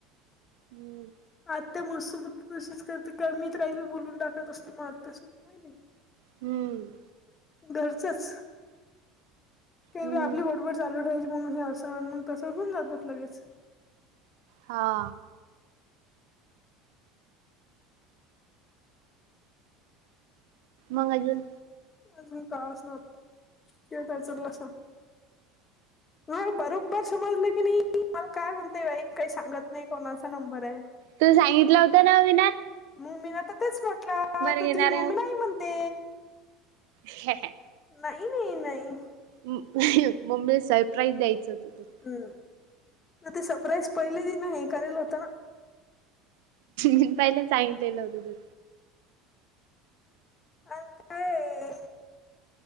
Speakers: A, on the right; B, on the left.
A: हम्म.
B: आत्या म सोबत तशीच करते, <unintelligible> काही बी बोलून टाकत असते, <unintelligible>
A: हम्म.
B: घरचच, ते
A: हम्म
B: बी आपली बोडबड चालू <unintelligible> हे अस मग तसं होऊन जातात लगेच
A: हा. मग अजून?
B: अजून काय असन ते त्याचं नसणं नाही बरोबर समजलं की नाही मला काय म्हणते बाई काही सांगत नाही कोणाचा नंबरये
A: तुला सांगितला होता ना मीन
B: मं मी आता तेच म्हटला तर
A: घेणार
B: तुझी मम्मी नाही म्हणते
A: हे हे
B: नाही नाही नाही
A: मम्मीला सरप्राईज द्यायचं होतं तुला
B: हम्म म ते सरप्राईज पहिले दि नाही हे करेल होत ना
A: म पहिले सांगितलेलं होत तुला
B: अन काये